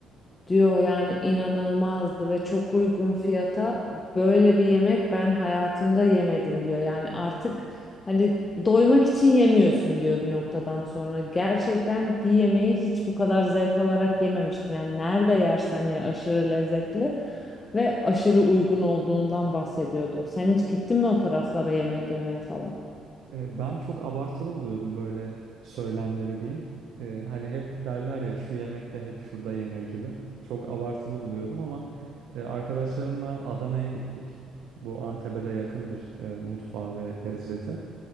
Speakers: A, on the left; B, on the right.
A: diyor yani inanılmazdı ve çok uygun fiyata böyle bir yemek ben hayatımda yemedim diyor. Yani artık hani doymak için yemiyorsun diyor bir noktadan sonra. Gerçekten bir yemeği hiç bu kadar zevk alarak yememiştim. Yani nerede yersen ye aşırı lezzetli ve aşırı uygun olduğundan bahsediyordu. Sen hiç gittin mi o taraflara yemek yemeye falan?
B: E, Ben çok abartılı buluyordum böyle söylemleri diyeyim. E, hani hep derler ya şu yemek de hep şurada yenir gibi. Çok abartılı buluyordum ama e, arkadaşlarımla Adana'ya gittik. Bu Antep'e de yakındır e, mutfağı ve lezzeti.